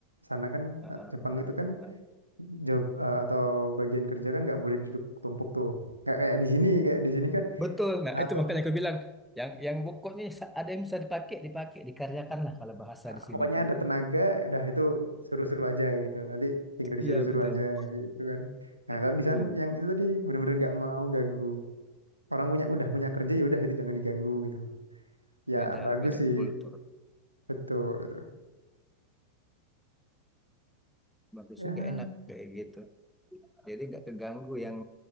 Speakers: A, on the right; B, in the centre.
A: sana kan
B: Heeh,
A: eh, Jepang
B: heeh,
A: itu kan
B: heeh.
A: job eh, atau bagian kerja kan nggak boleh ditumpuk-tumpuk tuh kayak kayak di sini kayak di sini kan
B: Betul. Nah,
A: satu
B: itu makanya aku bilang yang yang pokoknya sa- ada yang bisa dipakai, dipakai, dikaryakan lah kalau bahasa
A: ah,
B: di sini
A: pokoknya
B: kan.
A: ada tenaga dah itu suruh-suruh aja gitu nanti tinggal disuruh-suruh
B: Iya, betul.
A: aja gitu kan nah
B: Nah,
A: kalau di
B: iya,
A: sana yang itu tadi bener-bener nggak mau ganggu orang punya udah punya kerja ya udah itu jangan diganggu gitu Ya
B: beda
A: bagus
B: beda
A: sih
B: kultur.
A: Betul, betul.
B: Bagus
A: Ya,
B: juga enak kayak gitu. Jadi nggak keganggu yang